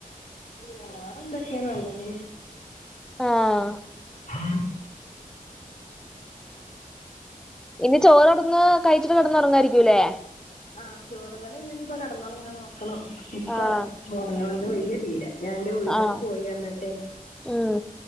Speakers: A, on the left; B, in the centre.
A: വേറെ എന്തൊക്കെ നല്ലത്
B: ആഹ്
A: ആഹ് <inaudible>
B: ഇനി ചോറ്ടന്ന് കഴിച്ചിട്ട് കെടന്ന് ഉ റങ്ങായിരിക്കൂല്ലേ
A: ആഹ് ചോറ്ന്നല് കഴിഞ്ഞാൽ ഇഞ്ഞ് ഇപ്പൊ കിടന്നുറങ്ങാൻ നോക്കണം ഇക്കൊ
B: ആഹ്
A: ഉറങ്ങണം ഇന്ന് വയ്യ തീരെ ഞാൻന്റെ വീട്ട്ക്ക്
B: ആഹ്
A: പോയി വന്നിട്ടെ
B: ഉം